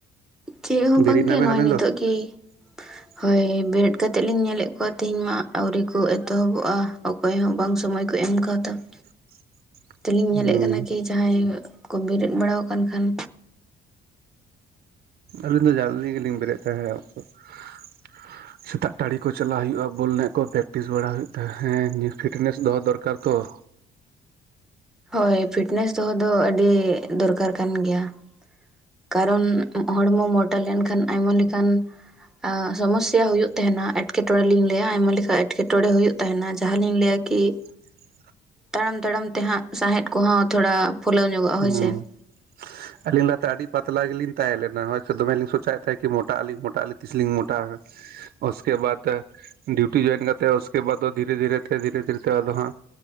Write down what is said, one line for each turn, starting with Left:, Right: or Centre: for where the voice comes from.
Centre: ᱪᱮᱫ ᱦᱚᱸ
Right: ᱵᱮᱨᱮᱫ
Centre: ᱵᱟᱝᱜᱮ
Right: ᱮᱱᱟᱵᱮᱱ
Centre: ᱱᱚᱜᱼᱚᱭ
Right: ᱟᱵᱮᱱ
Centre: ᱱᱤᱛᱚᱜ
Right: ᱫᱚ
Centre: ᱜᱮ,
Right: <inaudible>
Centre: ᱦᱳᱭ ᱵᱮᱨᱮᱫ ᱠᱟᱛᱮᱫ ᱞᱤᱧ ᱧᱮᱞᱮᱫ ᱠᱚᱣᱟ, ᱛᱮᱦᱤᱧ ᱢᱟ ᱟᱹᱣᱨᱤ ᱠᱚ ᱮᱛᱚᱦᱚᱵᱚᱜᱼᱟ ᱾ ᱚᱠᱚᱭ ᱦᱚᱸ ᱵᱟᱝ ᱥᱚᱢᱚᱭ ᱠᱚ ᱮᱢ ᱠᱟᱣᱫᱟ ᱾
Right: <inaudible>
Centre: ᱛᱮ ᱞᱤᱧ
Right: ᱦᱩᱸ
Centre: ᱧᱮᱞᱮᱫ ᱠᱟᱱᱟ ᱠᱤ ᱡᱟᱦᱟᱸᱭ ᱠᱚ ᱵᱮᱨᱮᱫ ᱵᱟᱲᱟ ᱟᱠᱟᱱ ᱠᱷᱟᱱ,
Right: ᱟᱹᱞᱤᱧ ᱫᱚ ᱡᱚᱞᱫᱤ ᱜᱮᱞᱤᱧ ᱵᱮᱨᱮᱫ ᱛᱟᱦᱮᱸᱜ ᱾ ᱥᱮᱛᱟᱜ ᱴᱟᱹᱲᱤ ᱠᱚ ᱪᱟᱞᱟᱜ ᱦᱩᱭᱩᱜᱼᱟ, ᱵᱚᱞ ᱮᱱᱮᱡ ᱠᱚ ᱯᱨᱮᱠᱴᱤᱥ ᱵᱟᱲᱟ ᱦᱩᱭᱩᱜ ᱛᱟᱦᱮᱸ ᱯᱷᱤᱴᱱᱮᱥ ᱫᱚᱦᱚ ᱫᱚᱨᱠᱟᱨ ᱛᱚ ᱾
Centre: ᱦᱳᱭ, ᱯᱷᱤᱴᱱᱮᱥ ᱫᱚᱦᱚ ᱫᱚ ᱟᱹᱰᱤ ᱫᱚᱨᱠᱟᱨ ᱠᱟᱱ ᱜᱮᱭᱟ ᱾ ᱠᱟᱨᱚᱱ ᱦᱚᱲᱢᱚ ᱢᱳᱴᱟ ᱞᱮᱱᱠᱷᱟᱱ ᱟᱭᱢᱟ ᱞᱮᱠᱟᱱ, ᱟ ᱥᱚᱢᱚᱥᱥᱟ ᱦᱩᱭᱩᱜ ᱛᱟᱦᱮᱱᱟ ᱟᱨ ᱮᱴᱠᱮᱴᱚᱬᱮ ᱞᱤᱧ ᱞᱟᱹᱭᱟ, ᱟᱭᱢᱟ ᱞᱮᱠᱟ ᱮᱴᱠᱮᱴᱚᱬᱮ ᱦᱩᱭᱩᱜ ᱛᱟᱦᱮᱱᱟ ᱡᱟᱦᱟᱸ ᱞᱤᱧ ᱞᱟᱹᱭᱟ ᱠᱤ,
Right: <inaudible>
Centre: ᱛᱟᱲᱟᱢ ᱛᱟᱲᱟᱢ ᱛᱮ ᱦᱟᱸᱜ ᱥᱟᱸᱦᱮᱫ ᱠᱚᱦᱚᱸ ᱛᱷᱚᱲᱟ ᱯᱷᱩᱞᱟᱹᱣ ᱧᱚᱜᱚᱜᱼᱟ
Right: ᱦᱩᱸ
Centre: ᱦᱳᱭᱥᱮ ᱾
Right: ᱟᱹᱞᱤᱧ ᱞᱟᱦᱟᱛᱮ ᱟᱹᱰᱤ ᱯᱟᱛᱞᱟ ᱜᱮᱞᱤᱧ ᱛᱟᱦᱮᱸ ᱞᱮᱱᱟ ᱦᱳᱭ ᱥᱮ ᱫᱚᱢᱮ ᱞᱤᱧ ᱥᱳᱪᱟᱣᱮᱫ ᱛᱟᱦᱮᱸᱱᱟ ᱠᱤ ᱢᱚ ᱴᱟᱜ ᱟᱞᱤ ᱢᱚᱴᱟᱜ ᱟᱞᱤ ᱛᱤᱥᱞᱤᱝ ᱢᱚᱴᱟᱜᱼᱟ᱾ ᱩᱥᱠᱮ ᱵᱟᱫ ᱰᱤᱭᱩᱴᱤ ᱡᱟᱭᱮᱱ ᱠᱟᱛᱮ ᱩᱥᱠᱮ ᱵᱟᱫ ᱫᱷᱤᱨᱮ ᱫᱷᱤᱨᱮ ᱛᱮ ᱫᱷᱤᱨᱮ ᱫᱷᱤᱨᱮ ᱛᱮ, ᱟᱫᱚ ᱦᱟᱸᱜᱼᱼ